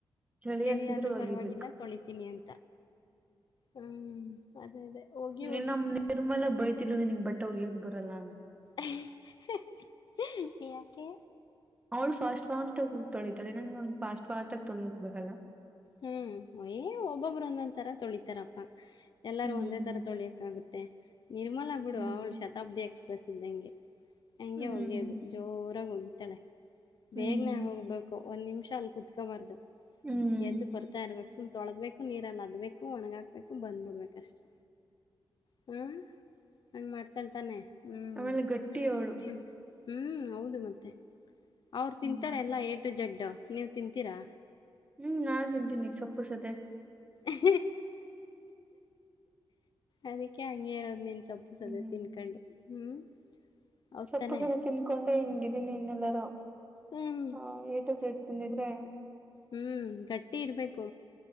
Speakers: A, on the right; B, on the left.
A: ಚಳಿ
B: ಚಳಿದ್ರೂ
A: ಆಗ್ತಿದ್ರು ಒಗಿಬೇಕು
B: ಪರವಾಗಿಲ್ಲ ತೊಳಿತೀನಿ ಅಂತ ಹ್ಮ್ ಅದೇ ಅದೇ. ಹೋಗಿ
A: ನೀನ್
B: ಹೋಗಿ
A: ನಮ್ಮ್ ನಿರ್ಮಲ ಬೈತಿಲ್ಲ ನನ್ಗ್ ಬಟ್ಟೆ ಹಗ್ಯಕ್ ಬರಲ್ಲ ಅಂತ.
B: ಹ ಯಾಕೆ
A: ಅವ್ಳ ಫಾಸ್ಟ್ ಫಾಸ್ಟ್ ತಳಿತಳೆ ನಂಗಗೆಂಗ ಫಸ್ಟ್ ಫಸ್ಟ ಆ ತೊಳೋಕ್ ಬರಲ್ಲ.
B: ಹ್ಮ್ ಯ ಒಬ್ಬೊಬ್ರು ಒಂದೊಂತರ ತೊಳಿತಾರಪ್ಪ. ಎಲ್ಲಾರೂ
A: ಹ್ಮ್
B: ಒಂದೇ ತರ ತೊಳಿಯಕ್ ಆಗುತ್ತೆ ನಿರ್ಮಲ ಬಿಡು
A: ಹ್ಮ್
B: ಅವಳು ಶತಾಬ್ದಿ ಎಕ್ಷ. ಪ್ರಸಿದ್ಧ ಹಂಗೆ ಹಗೆ
A: ಹ್ಮ್
B: ಹೋಗಿಯೋದು ಜೋರಾಗಿ ಹೋಗಿತಾಳೆ.
A: ಹ್ಮ್
B: ಬೇಗನ್ಯಾಗ ಹೋಗ್ಬೇಕು ಒಂದ್ ನಿಮಿಷ ಅಲ್ ಕುತ್ಕಬಾರ್ದು.
A: ಹ್ಮ್
B: ಎದ್ದು ಬರ್ತಾ ಇರ್ಬೇಕು ಸುಮ್ ತೊಳದ್ಬೇಕು ನೀರಲ್ಲಿ ಅದ್ಬೇಕು ಒಣಗಾಕ್ಬೇಕು ಬಂದ್ಬ ಬಿಡ್ಬೇಕ ಅಷ್ಟೇ
A: ಹ
B: ಹ್ಮ ಹಂಗ ಮಾಡ್ತಳ್ತಾನೆ ಹ್ಮ್
A: ಆಮೇಲೆ ಗಟ್ಟಿ ಅವಳು
B: ಹ್ಮ ಹ್ಮ್ ಹೌದು ಮತ್ತೆ ಅವ್ರು
A: ಹ್ಮ್
B: ತಿಂತಾರೆ ಎಲ್ಲ ಏ ಟು ಜಡ್ಡು ನೀವು ತಿಂತೀರಾ
A: ಹ್ಮ್ ನಾನು ತಿಂತೀನಿ ಸೊಪ್ಪು ಸದೆ.
B: ಹ ಅದಕ್ಕೆ ಹಂಗೆ ಇರೋದು ನಿನ್ ಸಪ್ಪು ಸದ
A: ಹ್ಮ್
B: ತಿನ್ಕೊಂಡು ಹ್ಮ್. ಹೌತಾನೆ
A: ಸೊಪ್ಪು ಸದೆ ತಿನ್ಕೊಂಡೆ ಹಿಂಗಿದ್ದೀನಿ ಇನ್ನೆಲ್ಲಾರೂ
B: ಹ್ಮ್
A: ಹ ಏಟು ಜೆಡ್ ತಂದಿದ್ರೆ
B: ಹ್ಮ್ ಗಟ್ಟಿ ಇರ್ಬೇಕು